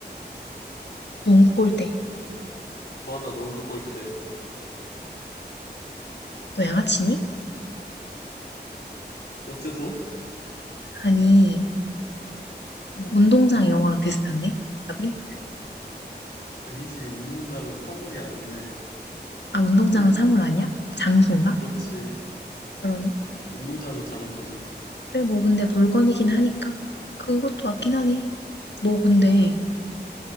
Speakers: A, on the left (about 80°); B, on the left (about 65°).
A: 농구 골대.
B: 맞아. 농구 골대.
A: 너 양아치니?
B: 어째서?
A: 아니, 뭐 운동장 이런 거랑 비슷한데? 답이?
B: 아니지. 운동장은 사물이 아닌데.
A: 아, 운동장은
B: 골,
A: 사물 아니야? 장소인가?
B: 그렇지.
A: 그러네.
B: 운동장은 장소지.
A: 그래, 뭐, 근데 물건이긴 하니까. 그것도 맞긴 하네. 너 근데